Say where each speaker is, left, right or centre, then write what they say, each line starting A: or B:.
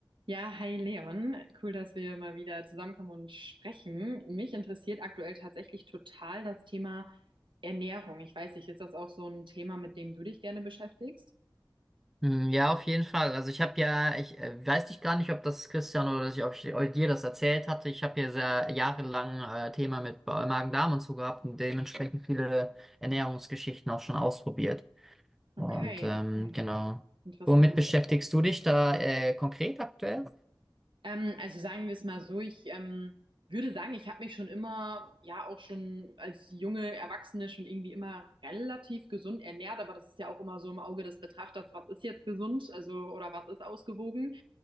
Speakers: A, on the right; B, in the centre.
A: Ja, hi Leon. Cool, dass wir mal wieder zusammenkommen und sprechen. Mich interessiert aktuell tatsächlich total das Thema Ernährung. Ich weiß nicht, ist das auch so ein Thema, mit dem du dich gerne beschäftigst?
B: Hm, Ja, auf jeden Fall. Also ich habe ja, ich äh, weiß nicht gar nicht, ob das Christian oder ich, ob ich eu- dir das erzählt hatte. Ich habe ja sehr jahrelang äh, Thema mit Ba- Magen-Darm und so gehabt und dementsprechend viele Ernährungsgeschichten auch schon ausprobiert. Und
A: Okay,
B: ähm,
A: okay.
B: genau.
A: Interessant.
B: Womit beschäftigst du dich da äh, konkret aktuell?
A: Ähm, also sagen wir es mal so, ich ähm, würde sagen, ich habe mich schon immer, ja auch schon als junge Erwachsene schon irgendwie immer relativ gesund ernährt, aber das ist ja auch immer so im Auge des Betrachters, was ist jetzt gesund, also oder was ist ausgewogen.